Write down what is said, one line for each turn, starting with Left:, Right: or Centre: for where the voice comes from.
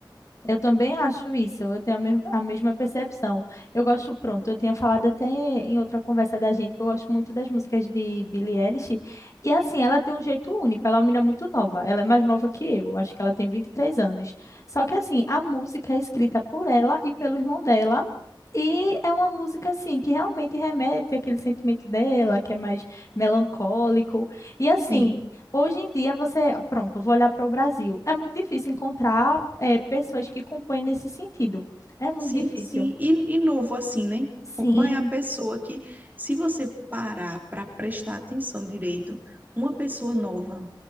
Left: Eu também acho isso, eu tenho a, mes- a mesma percepção. Eu gosto, pronto, eu tinha falado até em outra conversa da gente que eu gosto muito das músicas de Billie Eilish. E assim, ela tem um jeito único, ela é uma menina muito nova, ela é mais nova que eu, acho que ela tem 23 anos. Só que assim, a música é escrita por ela e pelo irmão dela. E é uma música assim que realmente remete àquele sentimento dela, que é mais melancólico. E assim,
Right: Sim.
Left: Hoje em dia, você, pronto, eu vou olhar para o Brasil. É muito difícil encontrar, eh, pessoas que compõem nesse sentido. É muito
Right: Sim,
Left: difícil.
Right: sim. E, e novo assim, né?
Left: Sim,
Right: O- Qual é a pessoa que, se você parar para prestar atenção direito, uma pessoa nova.